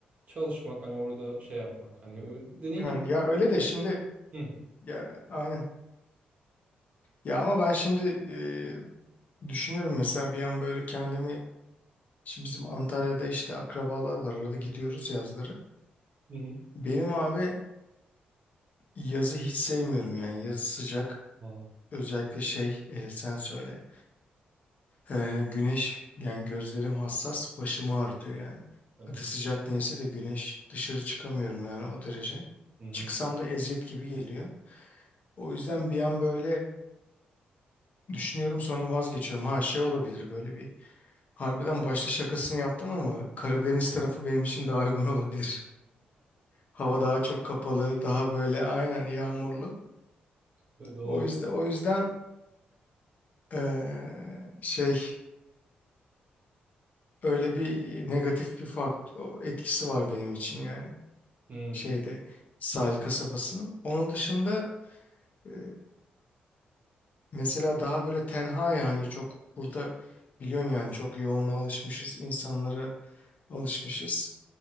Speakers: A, on the right; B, on the left.
A: çalışmak hani orada şey yapmak hani o dediğin
B: Yani
A: gibi
B: ya öyle de şimdi
A: hı
B: ya aynen. Ya ama ben şimdi e, düşünüyorum mesela bir an böyle kendimi şimdi bizim Antalya'da işte akrabalar var arada gidiyoruz yazları.
A: hı hı.
B: Benim abi yazı hiç sevmiyorum yani yazı sıcak
A: Aa,
B: özellikle şey e, sen söyle. Ee, güneş yani gözlerim hassas başımı ağrıtıyor yani.
A: evet.
B: Hadi sıcak neyse de güneş dışarı çıkamıyorum yani o derece.
A: Hı hı.
B: Çıksam da eziyet gibi geliyor. O yüzden bir an böyle düşünüyorum sonra vazgeçiyorum. Ha şey olabilir böyle bir. Harbiden başta şakasını yaptım ama Karadeniz tarafı benim için daha uygun olabilir. Hava daha çok kapalı, daha böyle aynen yağmurlu.
A: Öyle olabilir.
B: O yüzden o yüzden ee, şey öyle bir negatif bir fakt o etkisi var benim için yani.
A: Hı,
B: şeyde sahil kasabasının. Onun dışında e, mesela daha böyle tenha yani çok burada biliyorsun yani çok yoğunluğa alışmışız, insanlara alışmışız.